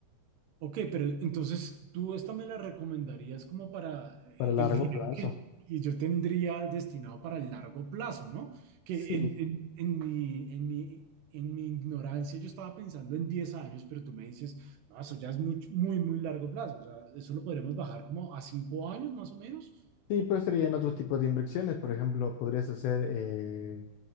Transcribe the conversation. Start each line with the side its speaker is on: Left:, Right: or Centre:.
Right: Ok, pero entonces tú esta me la recomendarías como para eh,
Left: Para largo
Right: el dinero
Left: plazo.
Right: que, que yo tendría destinado para el largo plazo, ¿no? Que
Left: Sí,
Right: en, en- en mi, en mi, en mi ignorancia yo estaba pensando en 10 años, pero tú me dices, no, eso ya es muy, muy, muy largo plazo, o sea, eso lo podremos bajar como a 5 años más o menos.
Left: sí, pero sería en otros tipos de inversiones. Por ejemplo, podrías hacer, eh,